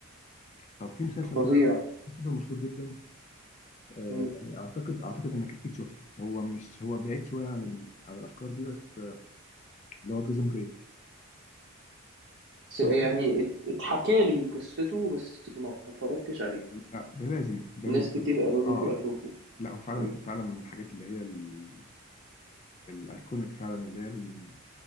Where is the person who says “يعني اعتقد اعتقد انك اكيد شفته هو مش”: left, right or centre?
Left